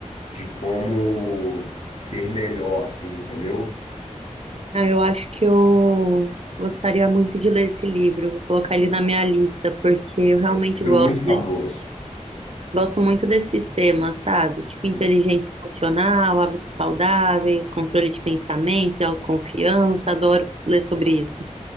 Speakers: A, on the left (about 55°); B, on the right (about 55°).
A: de como ser melhor, assim, entendeu?
B: Ah, eu acho que eu gostaria muito de ler esse livro, vou colocar ele na minha lista, porque eu realmente
A: É Esse livro
B: gosto
A: é muito famoso.
B: desse- gosto muito desses temas, sabe? Tipo inteligência
A: Hum.
B: emocional, hábitos saudáveis, controle de pensamentos e autoconfiança, adoro ler sobre isso.